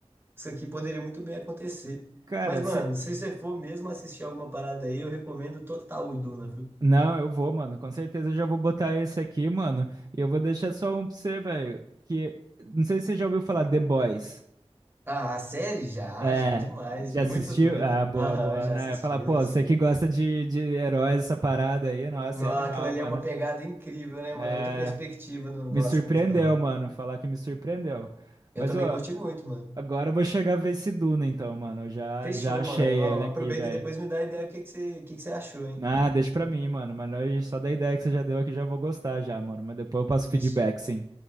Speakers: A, on the right (about 20°); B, on the right (about 35°).
A: isso aqui poderia muito bem acontecer.
B: Cara,
A: Mas, mano,
B: se...
A: se você for mesmo assistir alguma parada aí, eu recomendo total o Duna, viu?
B: não, eu vou, mano. Com certeza eu já vou botar esse aqui, mano. E eu vou deixar só um pra você, velho. Que. Não sei se você já ouviu falar The Boys.
A: Ah, a série? Já,
B: É.
A: já demais.
B: Já
A: Muito
B: assistiu?
A: doida.
B: Ah, boa,
A: Aham,
B: boa,
A: já
B: né?
A: assisti,
B: Falar, pô,
A: já
B: você
A: assisti.
B: que gosta de, de heróis, essa parada aí, nossa,
A: Nossa,
B: é animal,
A: aquilo ali
B: mano.
A: é uma pegada incrível, né,
B: É.
A: mano? Outra perspectiva. no-
B: Me
A: Nossa,
B: surpreendeu,
A: é muito da hora.
B: mano. Falar que me surpreendeu.
A: Eu
B: Mas,
A: também
B: ó,
A: curti muito, mano.
B: agora eu vou chegar a ver esse Duna, então, mano. Eu já,
A: Fechou,
B: já achei
A: mano. Ó,
B: ele aqui,
A: aproveita
B: velho.
A: e depois me dá ideia do que que você, que que você achou, hein?
B: Ah, deixa pra mim, mano. Mas nós- só da ideia que você já deu aqui já vou gostar já, mano. Mas depois eu passo
A: Fech-
B: feedback, sim.